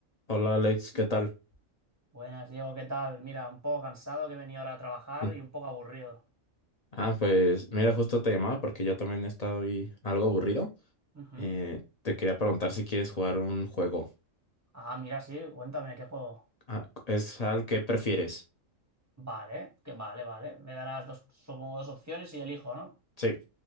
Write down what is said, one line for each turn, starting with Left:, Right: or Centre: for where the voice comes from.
Left: Hola Alex, ¿qué tal?
Right: Buenas, Diego, ¿qué tal? Mira, un poco cansado que venía ahora a trabajar
Left: Mm.
Right: y un poco aburrido.
Left: Ah, pues mira, justo te llamaba porque yo también he estado ahí algo aburrido.
Right: Ujú.
Left: Eh, te quería preguntar si quieres jugar un juego.
Right: Ah, mira, sí, cuéntame, ¿qué juego?
Left: Ah, ¿es al que prefieres?
Right: Vale, que vale, vale. Me darás dos, supongo, dos opciones y elijo, ¿no?
Left: Sí.